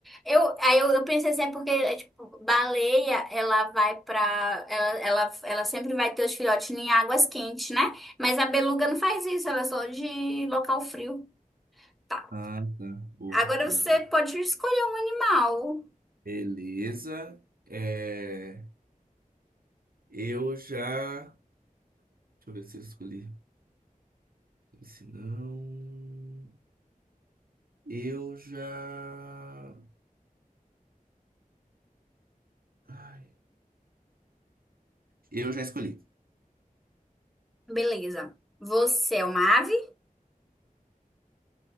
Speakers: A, in the centre; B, on the right.
A: Eu, aí eu, eu pensei assim, é porque, é, tipo, baleia, ela vai pra... Ela, ela, ela sempre vai ter os filhotes em águas quentes, né? Mas a beluga não faz isso, ela é só de local frio. Tá.
B: Ah, tá. Boa,
A: Agora
B: boa,
A: você
B: boa.
A: pode escolher um animal.
B: Beleza. É, eu já. Deixa eu ver se eu escolhi Se não, eu já. Ai, eu já escolhi.
A: Beleza. Você é uma ave?